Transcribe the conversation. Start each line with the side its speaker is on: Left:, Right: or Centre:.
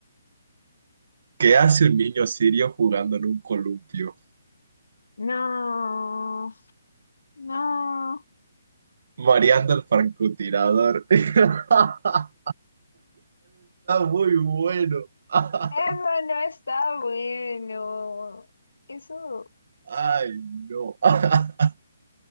Right: ¿Qué hace un niño sirio jugando en un columpio?
Left: No, no.
Right: Mareando al francotirador. <laughs> Está muy bueno. <laughs>
Left: Eso no está bueno. Eso.
Right: Ay, no. <laughs>